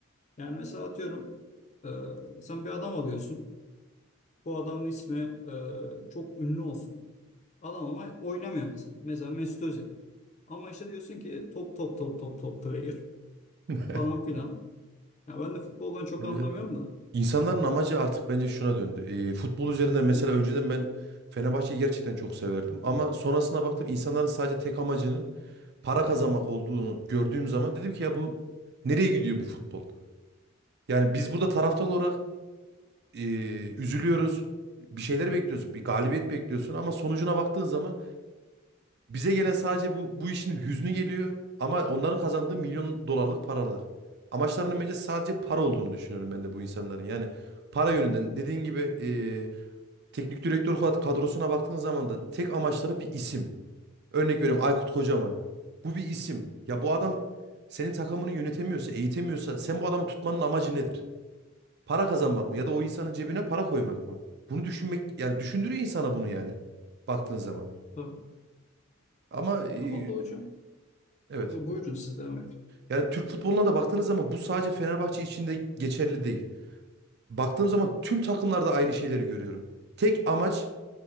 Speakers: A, on the left (about 35°); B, on the right (about 50°).
A: Yani mesela atıyorum e, sen bir adam alıyorsun. Bu adamın ismi e, çok ünlü olsun. Adam ama oynamıyor mesela. Mesela Mesut Özil. Ama işte diyorsun ki top top top top top player
B: <laughs>
A: falan filan. Ya ben de futboldan çok
B: Ne
A: anlamıyorum
B: bir
A: da.
B: İnsanların amacı artık bence şuna döndü. E, futbol üzerinde mesela önceden ben Fenerbahçe'yi gerçekten çok severdim. Ama sonrasına baktım insanların sadece tek amacının para kazanmak olduğunu gördüğüm zaman dedim ki ya bu nereye gidiyor bu futbol? Yani biz burada taraftar olarak e, üzülüyoruz. Bir şeyler bekliyoruz. Bir galibiyet bekliyorsun ama sonucuna baktığın zaman bize gelen sadece bu, bu işin hüznü geliyor ama onların kazandığı milyon dolarlık paralar. Amaçlarının bence sadece para olduğunu düşünüyorum ben de bu insanların. Yani para yönünden dediğin gibi e, teknik direktör kad- kadrosuna baktığın zaman da tek amaçları bir isim. Örnek veriyorum Aykut Kocaman. Bu bir isim. Ya bu adam senin takımını yönetemiyorsa, eğitemiyorsa sen bu adamı tutmanın amacı nedir? Para kazanmak mı ya da o insanın cebine para koymak mı? Bunu düşünmek yani düşündürüyor insana bunu yani baktığın zaman.
A: Tabii.
B: Ama e,
A: Ya vallahi hocam
B: evet.
A: e, buyurun siz devam edin.
B: Yani Türk futboluna da baktığınız zaman bu sadece Fenerbahçe için de geçerli değil. Baktığım zaman tüm takımlarda aynı şeyleri görüyorum. Tek amaç